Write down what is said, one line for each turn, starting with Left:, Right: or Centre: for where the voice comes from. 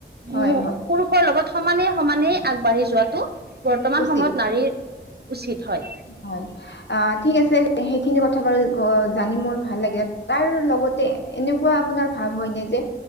Left: হয়
Right: উম
Left: হয়
Right: পুৰুষৰ লগত সমানে সমানেই আগবাঢ়ি যোৱাটো বৰ্তমান
Left: উচিত
Right: সময়ত নাৰীৰ উচিত। হয়
Left: হয় অ ঠিক আছে। সেইখিনি কথা বাৰু জানি মোৰ ভাল লাগে তাৰ লগতে এনেকুৱা আপোনাৰ ভাৱ হয় নে যে